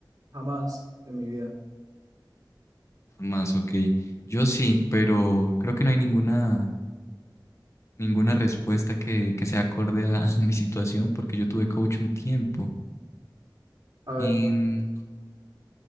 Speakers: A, on the right; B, on the left.
A: Jamás en mi vida.
B: Más, ok. Yo sí, pero creo que no hay ninguna, ninguna respuesta que, que sea acorde a, <laughs> a mi situación, porque yo tuve coach un tiempo.
A: A ver,
B: En,